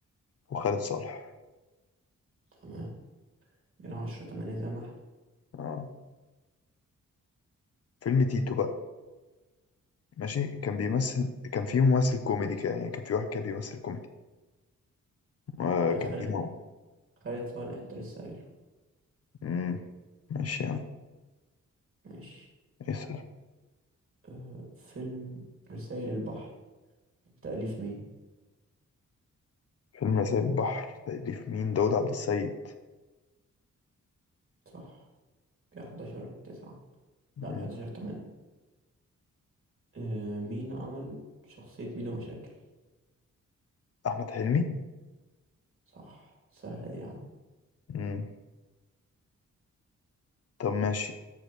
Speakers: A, on the left; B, on the right.
A: وخالد صالح
B: تمام كده عشرة تمانية زي ما احنا
A: اه فيلم تيتو بقى ماشي كان بيمثل كان في ممثل كوميدي كده يعني كان في واحد كان بيمثل كوميدي آه
B: آه،
A: كان
B: خالد
A: مين هو؟
B: خالد صالح انت لسه قايله
A: مم، ماشي يا عم
B: ماشي
A: اسأل
B: أه فيلم رسائل البحر من تأليف مين
A: فيلم زي البحر تأليف مين؟ داود عبد السيد
B: صح كده حداشر تسعة
A: مم،
B: لا حداشر تمانية أه مين عمل شخصية ميدو مشاكل
A: أحمد حلمي
B: صح سهلة دي يا عم
A: مم، طب ماشي